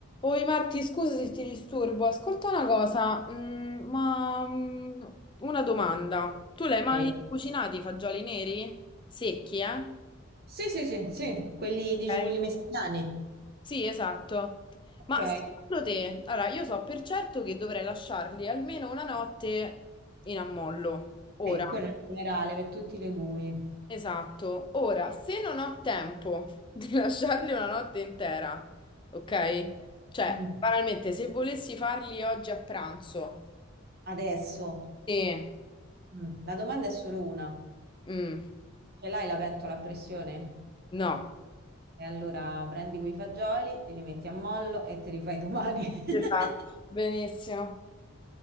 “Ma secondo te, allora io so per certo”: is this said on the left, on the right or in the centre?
Left